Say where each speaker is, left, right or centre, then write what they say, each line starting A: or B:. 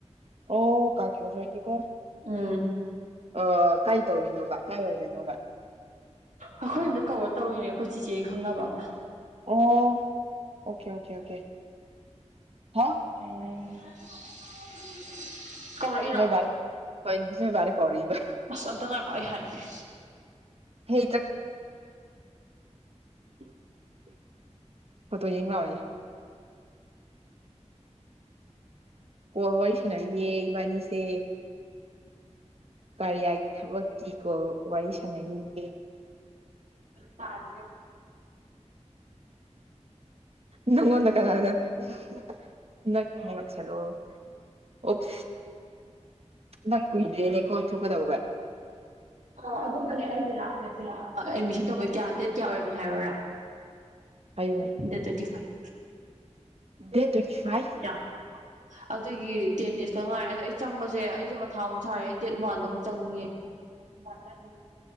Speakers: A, on the right (about 55°); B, on the right (about 85°).
A: ꯑꯣ ꯀꯥꯟ ꯑꯣ ꯐꯣꯏꯅꯤ ꯀꯣ
B: ꯎꯝ
A: ꯑ ꯀꯥꯏ ꯇꯧꯔꯤꯅꯣꯕ ꯀꯥꯏ ꯑꯣꯏꯔꯤꯅꯣꯕ
B: ꯑꯩꯈꯣꯏ ꯌꯨꯝꯇ ꯀꯧꯔ ꯇꯧꯔꯤꯅꯦ ꯑꯩꯈꯣꯏ ꯆꯤꯆ‌ꯦ ꯈꯪꯅꯕ ꯑꯃ
A: ꯑꯣ ꯑꯣꯀꯦ ꯑꯣꯀꯦ ꯑꯣꯀꯦ ꯍꯥ
B: ꯎꯝ <unintelligible> ꯀꯧꯔꯛꯏꯔꯣ
A: ꯅꯣꯏ ꯕꯥꯅ ꯍꯣꯏ ꯅꯣꯏ ꯕꯥꯅ ꯀꯧꯔꯛꯏꯕ
B: ꯑꯁ ꯑꯝꯇ ꯉꯥꯏꯈ‌ꯣ ꯑꯩ ꯍꯥꯏꯒꯦ
A: ꯍꯦ ꯆꯠ <inaudible> ꯐ‌ꯣꯇꯣ ꯌꯦꯡ ꯂꯥꯛꯑꯣꯌꯦ ꯀꯣꯜ ꯋꯥꯔꯤ ꯁꯥꯟꯅꯔꯤꯌꯦ ꯏꯕꯥꯅꯤꯁꯦ ꯀꯔꯤꯌꯥꯒꯤ ꯊꯕꯛ ꯀꯤ ꯀꯣ ꯋꯥꯔꯤ ꯁꯥꯟꯅꯈꯤꯒꯦ
B: ꯇꯥꯟ
A: ꯅꯪꯉꯣꯅ ꯀꯔꯗꯦꯂꯣ ꯑꯣꯞ ꯅꯪ ꯀꯨꯏꯗ꯭ꯔꯦꯅꯦ ꯀꯣꯊꯣꯛꯀꯗꯧꯕ
B: ꯑꯣ ꯑꯗꯨꯅꯦ ꯑꯩꯁꯦ ꯂꯥꯁ ꯗꯦꯁꯦ ꯑꯦꯗꯃꯤꯁꯟ ꯇꯧꯕꯩ ꯀꯌꯥ ꯗꯦꯠ ꯀꯌꯥ ꯑꯣꯏꯔꯝꯃꯤ ꯍꯥꯏꯔꯔꯥ
A: ꯍꯥꯏꯌꯅꯦ
B: ꯗ twenty five
A: date twenty five
B: ꯑꯗꯨꯒꯤ ꯇꯦꯟ ꯗꯦꯖ ꯈ ꯉꯥꯏꯔꯦ ꯑꯗꯣ ꯑꯩ ꯆꯪꯕꯁꯦ ꯑꯩꯁꯦ ꯃꯊꯥ ꯑꯃꯨꯛ ꯁꯥꯔꯦ ꯑꯩ ꯗꯦꯠ ꯋꯥꯟꯗ ꯑꯃꯨꯛ ꯆꯪꯅꯤꯡꯉꯦ ꯃꯪꯕ